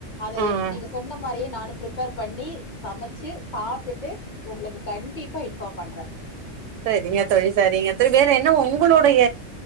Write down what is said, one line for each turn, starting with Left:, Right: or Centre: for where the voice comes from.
Left: அத
Right: ம்
Left: எ நீங்க சொன்ன மாரியே நானு ப்ரிப்பேர் பண்ணி சமச்சு சாப்ட்டுட்டு உங்களுக்கு கண்டிப்பா இன்பார்ம் பண்ற
Right: சரிங்க தோழி சரிங்க தோழி வேற என்ன உங்களுடைய